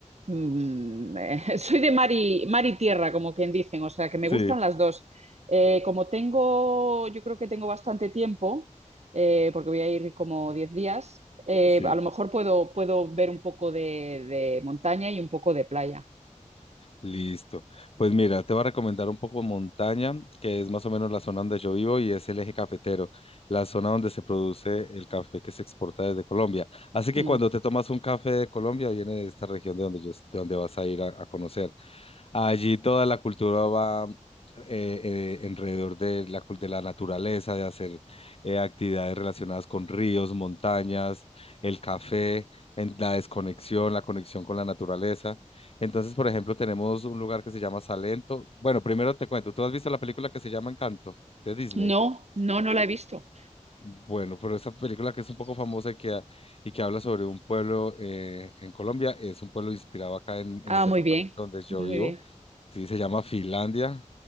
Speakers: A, on the right; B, on the left.
A: Mm, eh, <laughs> soy de mar y, mar y tierra, como quien dicen, o sea que me gustan
B: Sí,
A: las dos. Eh, como tengo, yo creo que tengo bastante tiempo, eh, porque voy a ir como 10 días, eh,
B: sí.
A: a lo mejor puedo, puedo ver un poco de, de montaña y un poco de playa.
B: Listo. Pues mira, te voy a recomendar un poco montaña, que es más o menos la zona donde yo vivo y es el eje cafetero, la zona donde se produce el café que se exporta desde Colombia. Así que
A: Mm.
B: cuando te tomas un café de Colombia, viene de esta región de donde yo, de donde vas a ir a a conocer. Allí toda la cultura va eh, eh, alrededor de la, cul- de la naturaleza, de hacer eh, actividades relacionadas con ríos, montañas, el café, en la desconexión, la conexión con la naturaleza. Entonces, por ejemplo, tenemos un lugar que se llama Salento. Bueno, primero te cuento, ¿tú has visto la película que se llama Encanto de Disney?
A: No, no, no la he visto.
B: Bueno, pero esta película que es un poco famosa y que, ha- y que habla sobre un pueblo eh, en Colombia, es un pueblo inspirado acá en,
A: Ah,
B: en el departamento
A: muy bien,
B: donde yo
A: muy
B: vivo.
A: bien.
B: Sí, se llama Finlandia.